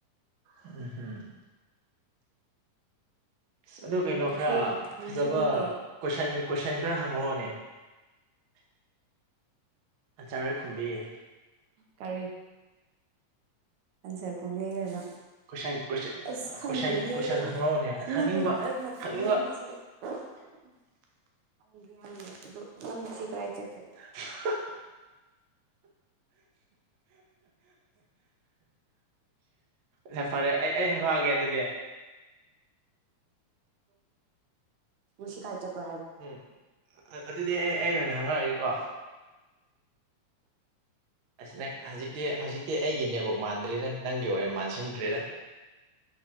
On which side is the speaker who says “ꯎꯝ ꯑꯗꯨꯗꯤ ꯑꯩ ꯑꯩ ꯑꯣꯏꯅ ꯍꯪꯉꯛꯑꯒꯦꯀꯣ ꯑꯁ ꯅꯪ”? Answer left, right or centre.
Right